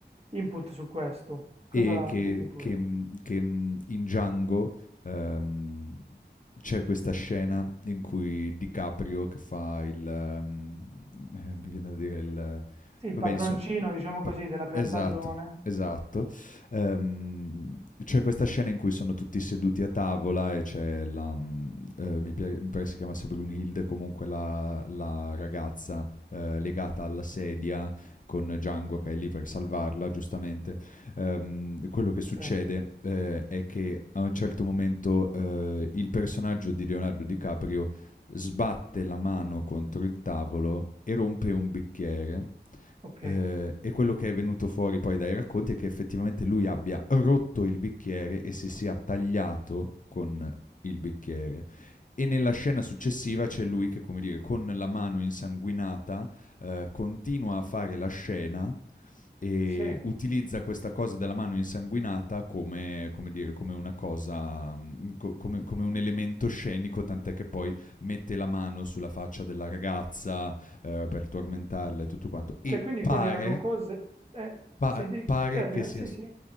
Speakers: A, on the right (about 35°); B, on the left (about 45°).
A: input su questo.
B: e
A: Cosa,
B: che,
A: dimmi pure.
B: che, mh, che, mh, in Django ehm, c'è questa scena in cui DiCaprio che fa il... ehm, <laughs> mi viene da dire il...
A: Sì, il
B: Vabbè,
A: padroncino,
B: insomma,
A: diciamo
B: p-
A: così, della piantagione.
B: Esatto, esatto. Ehm, c'è questa scena in cui sono tutti seduti a tavola e c'è la, mm, eh, mi, pia- mi pare si chiamasse Brunhilde, comunque la, la ragazza eh, legata alla sedia con Django che è lì per salvarla, giustamente. Ehm, quello che succede
A: Sì,
B: eh, è che a un certo momento eh, il personaggio di Leonardo DiCaprio sbatte la mano contro il tavolo e rompe un bicchiere
A: ok.
B: eh, e quello che è venuto fuori poi dai racconti è che effettivamente lui abbia rotto il bicchiere e si sia tagliato con il bicchiere. E nella scena successiva c'è lui che, come dire, con la mano insanguinata eh, continua a fare la scena e
A: Sì,
B: utilizza questa cosa della mano insanguinata come, come dire, come una cosa, mh, co- come, come un elemento scenico, tant'è che poi mette la mano sulla faccia della ragazza eh, per tormentarla e tutto quanto. E
A: cioè quindi
B: pare,
A: quelle erano cose eh,
B: Pa
A: sì, di
B: pare
A: termina,
B: che sia
A: sì,
B: s
A: sì.